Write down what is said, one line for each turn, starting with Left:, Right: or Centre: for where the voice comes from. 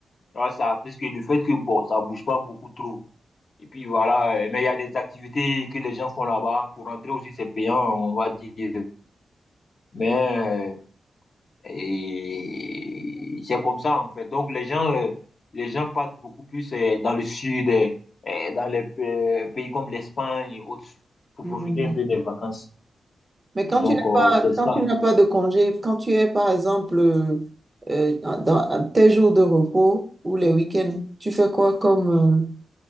Left: Voilà, ça, parce que le fait que bon, ça bouge pas beaucoup trop. Et puis voilà. euh, mais il y a des activités que les gens font là-bas. Pour rentrer aussi, c'est payant, on va dire. Mais euh, et c'est comme ça, en fait. Donc, les gens, euh, les gens partent beaucoup plus euh, dans le sud, euh, euh, dans les pa- pays comme l'Espagne et autres, pour
Right: Mm.
Left: profiter un peu des vacances.
Right: Mais quand
Left: Donc,
Right: tu n'as
Left: euh,
Right: pas,
Left: c'est ça.
Right: quand tu n'as pas de congé, quand tu es, par exemple, euh, euh, dans tes jours de repos ou les week-ends, tu fais quoi comme,